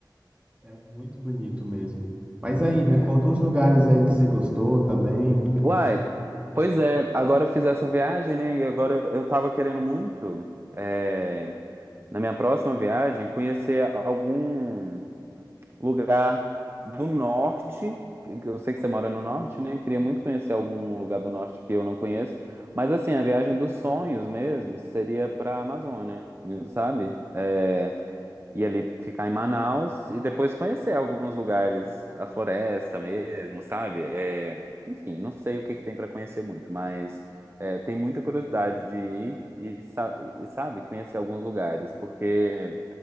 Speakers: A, on the right; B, on the right.
A: é muito bonito mesmo. Mas aí, me
B: É.
A: conta uns lugares aí que você gostou também.
B: Uai, pois é, agora eu fiz essa viagem, né? E agora eu tava querendo muito, é, na minha próxima viagem, conhecer algum lugar do norte. que que Eu sei que você mora no norte, né? Queria muito conhecer algum lugar do norte que eu não conheço. Mas assim, a viagem dos sonhos mesmo seria pra Amazônia, sabe? É, e ali ficar em Manaus e depois conhecer alguns lugares, a floresta mesmo, sabe? É, enfim, não sei o que que tem para conhecer muito, mas é, tem muita curiosidade de ir e, sa- e, sabe, conhecer alguns lugares, porque